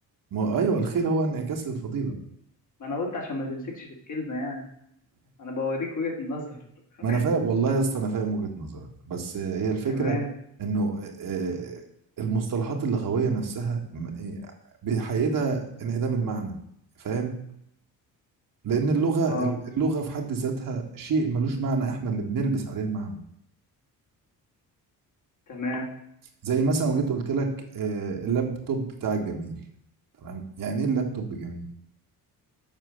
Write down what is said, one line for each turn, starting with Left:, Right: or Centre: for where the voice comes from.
Right: ما هو ايوه الخير هو انعكاس للفضيلة
Left: ما انا قلت عشان ما تمسكش في الكلمه يعني انا بوريك وجهه النظر <laughs>
Right: ما انا فاهم والله يا اسطى انا فاهم وجهة نظرك بس هي الفكرة
Left: تمام
Right: انه آه، المصطلحات اللغوية نفسها م- آه، بيحيدها انعدام المعنى فاهم لان اللغة
Left: اه
Right: اللغة في حد ذاتها شيء ملوش معنى احنا اللي بنلبس عليه المعنى
Left: تمام
Right: زي مثلا لو جيت قلت لك آه، اللابتوب بتاع الجميل تمام يعني ايه اللابتوب جميل